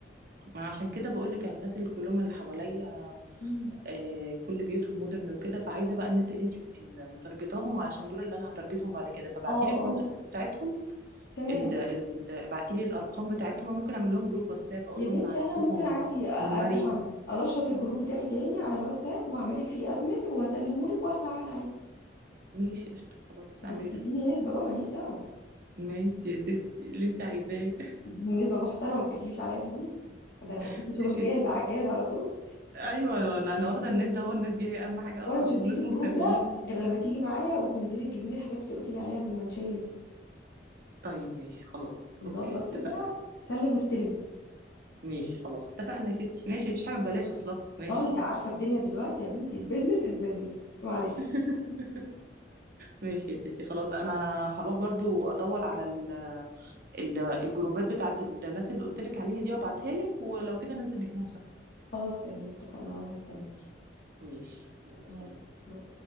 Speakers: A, on the right (about 55°); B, on the left (about 70°).
A: انا عشان كده بقول لك انا الناس اللي كلهم اللي حواليا
B: أمم.
A: آه، كل بيوتهم مودرن وكده فعايزه بقى الناس اللي انتي كنتي متارجتاهم علشان دول اللي انا هتارجتهم بعد كده فابعتي
B: اه
A: لي الكونتاكتس
B: اه
A: بتاعتهم
B: تمام
A: ال... ال... ابعتي لي الارقام بتاعتهم أنا ممكن اعمل لهم جروب واتساب اقول
B: يا بنتي
A: لهم انا عرفتكم
B: انا ممكن عادي ارجع
A: من مريم
B: الله انشط الجروب بتاعي تاني على الواتساب وهعملك فيه ادمن وهسلمه لك واخلع انا عادي
A: ماشي قشطة خلاص
B: بس
A: اعملي
B: تديني
A: ده
B: نسبه بقى ماليش دعوه
A: ماشي يا ستي اللي انت عايزاه
B: تديني نسبه محترمه ما بتاكليش عليا فلوس ده انا هديكي
A: <laughs>
B: شغل
A: ماشي
B: جاهز
A: يا ستي
B: على الجاهز على طول
A: ايوه انا انا واخده الناس ده هو الناس دي هي اهم حاجه
B: وانا
A: اصلا
B: مش
A: ناس
B: هديكي الجروب
A: مهتمين
B: ده غير لما تيجي معايا وتنزلي تجيبي لي الحاجات اللي قلت لي عليها بالمنشيه دي
A: طيب ماشي خلاص
B: نظبط
A: اوكي
B: كده
A: اتفقنا
B: سلم واستلم
A: ماشي خلاص اتفقنا يا ستي ماشي مفيش حاجه ببلاش اصلا ماشي
B: اه انت عارفه الدنيا دلوقتي يا بنتي البيزنس از بيزنس معلش
A: <laughs> ماشي يا ستي خلاص انا هروح برضو ادور على ال ال- الجروبات بتاعت الناس اللي قلت لك عليها دي وابعتها لك ولو كده ننزل نجيبهم سوا
B: خلاص تمام اتفقنا وانا هستنيكي
A: ماشي يلا
B: يلا
A: سلام